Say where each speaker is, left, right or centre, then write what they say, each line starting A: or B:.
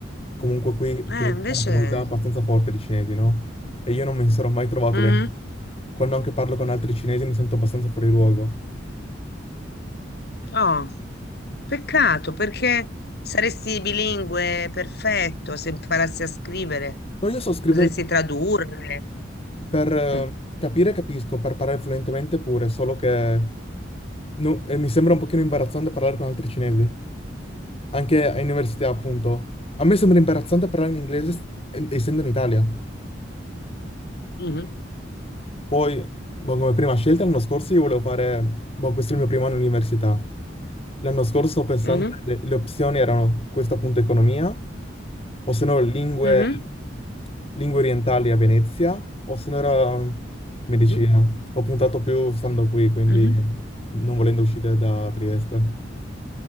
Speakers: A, on the left (about 30°); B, on the left (about 60°).
A: Comunque qui
B: Eh,
A: c'è
B: invece...
A: una comunità abbastanza forte di cinesi, no? E io non mi sarò mai trovato
B: Mhm.
A: dentro. Quando anche parlo con altri cinesi mi sento abbastanza fuori luogo.
B: Oh, peccato, perché saresti bilingue perfetto se imparassi a scrivere.
A: No, io so scrivere
B: Potresti tradurre.
A: per eh,
B: Mm.
A: capire, capisco, per parlare fluentemente pure, solo che no, e mi sembra un pochino imbarazzante parlare con altri cinesi, anche all'università, appunto. A me sembra imbarazzante parlare in inglese eh, essendo in Italia.
B: Mhm.
A: Poi, boh, come prima scelta, l'anno scorso io volevo fare, boh, questo è il mio primo anno di università. L'anno scorso sto pensando,
B: Mhm.
A: le, le opzioni erano questa appunto economia, o se no lingue,
B: Mhm.
A: lingue orientali a Venezia, o se no era medicina.
B: Mhm.
A: Ho puntato più stando qui, quindi
B: Mhm.
A: non volendo uscire da Trieste.